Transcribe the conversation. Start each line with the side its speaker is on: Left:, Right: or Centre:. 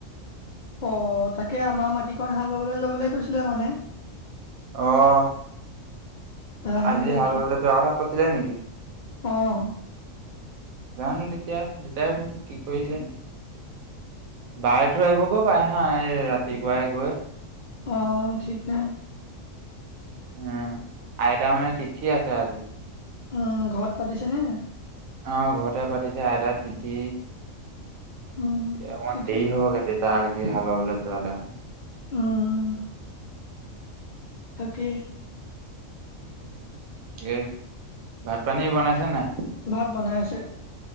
Left: অঁ, তাকে আমাৰ মাটিখন হাল বাবলৈ যাবলৈ কৈছিলে মানে?
Right: অঁ
Left: জানো
Right: আজি
Left: এতিয়া
Right: হাল বাবলৈ যোৱা কথা কৈছিলা নেকি?
Left: অঁ
Right: জানো তেতিয়া দেতাই বাও কি কৰিলে! বাই থৈ আহিব গৈ পায় হা এই ৰাতিপুৱাই গৈ,
Left: অঁ, ঠিক নাই?
Right: উম, আইতাৰ মানে তিথি আছে আজি?
Left: উম, ঘৰত পাতিছে নে?
Right: অঁ ঘৰতে পাতিছে আইতা তিথি
Left: উম
Right: এয়া অকমান
Left: ঠিকে
Right: দেয়ি হব কেতি তাক যি হাল বাবলে যোৱালে,
Left: উম, তাকে
Right: এই ভাত পানী বনাইছে নাই?
Left: ভাত বনাই আছে